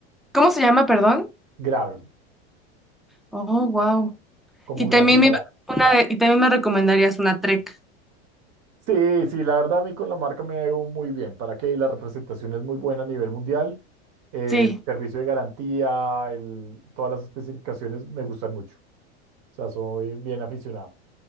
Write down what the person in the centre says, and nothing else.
¿Cómo se llama, perdón?
Oh, wow.
Y
también me, una de- y también me recomendarías una Trek.
Sí.